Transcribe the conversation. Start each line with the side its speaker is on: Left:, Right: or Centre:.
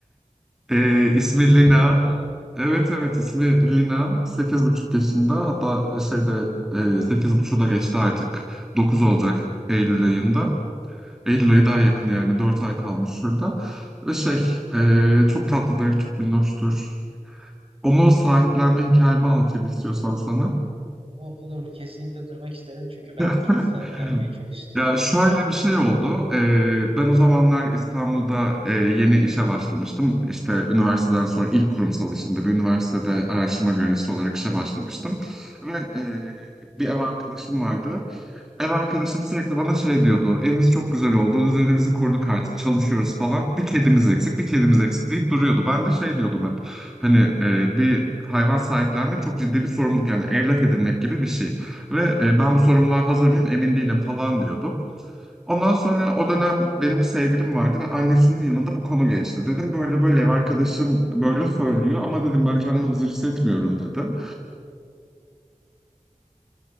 Centre: Ee, ismi
Right: <laughs> Kediniz
Centre: Lina.
Right: mi var?
Centre: Evet evet ismi Lina. sekiz buçuk yaşında. Hatta şeyde e, 8,5'u da geçti artık. dokuz olacak Eylül ayında. Eylül ayı daha yakın yani. dört ay kalmış şurada. Ve şey e, çok tatlıdır, çok minnoştur. Onu sahiplenme hikayemi anlatayım istiyorsan sana.
Right: O, olur kesinlikle duymak isterim çünkü ben
Centre: <laughs>
Right: de kedi sahiplenmeyi çok istiyorum.
Centre: Ya şöyle bir şey oldu. Ee, ben o zamanlar İstanbul'da e, yeni işe başlamıştım. İşte üniversiteden sonra ilk kurumsal işimde bir üniversitede araştırma görevlisi olarak işe başlamıştım. Ve e, bir ev arkadaşım vardı. Ev arkadaşım sürekli bana şey diyordu. Evimiz çok güzel oldu. Düzenimizi kurduk artık. Çalışıyoruz falan. Bir kedimiz eksik, bir kedimiz eksik deyip duruyordu. Ben de şey diyordum hep. Hani e, bir hayvan sahiplenmek çok ciddi bir sorumluluk. Yani evlat edinmek gibi bir şey. Ve e, ben bu sorumluluğa hazır mıyım emin değilim falan diyordum. Ondan sonra o dönem benim bir sevgilim vardı ve annesinin yanında bu konu geçti. Dedim böyle böyle ev arkadaşım böyle söylüyor ama dedim ben kendimi hazır hissetmiyorum dedim.